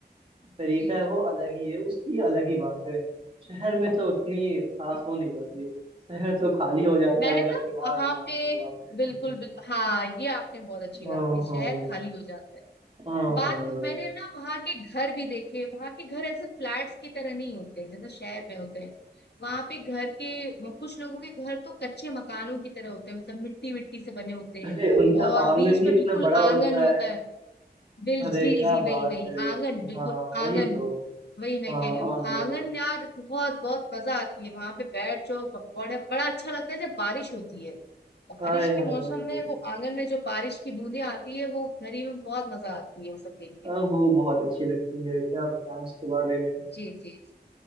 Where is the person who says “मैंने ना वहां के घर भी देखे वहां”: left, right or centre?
Left